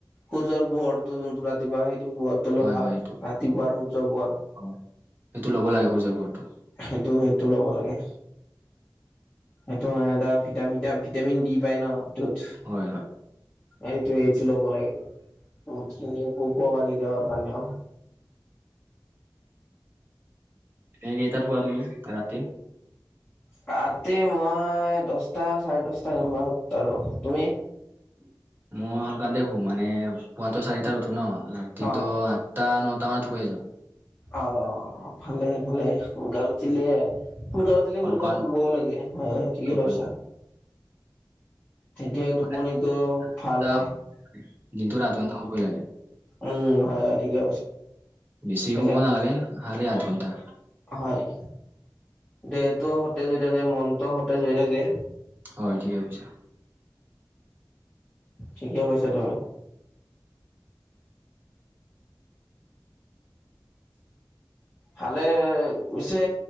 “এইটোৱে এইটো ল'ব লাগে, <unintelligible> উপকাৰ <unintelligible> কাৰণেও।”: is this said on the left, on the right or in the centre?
Left